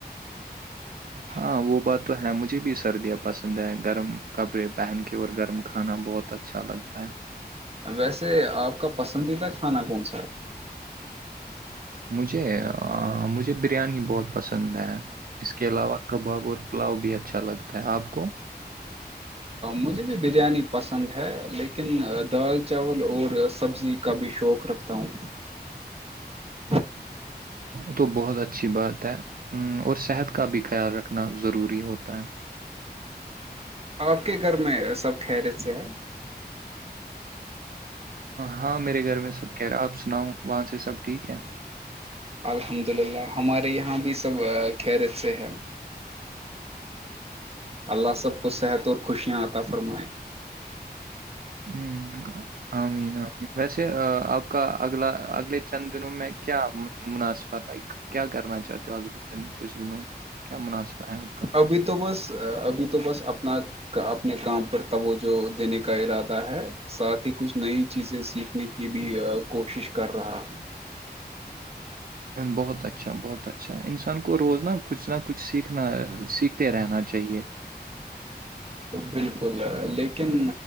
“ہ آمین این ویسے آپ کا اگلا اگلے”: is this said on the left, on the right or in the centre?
Right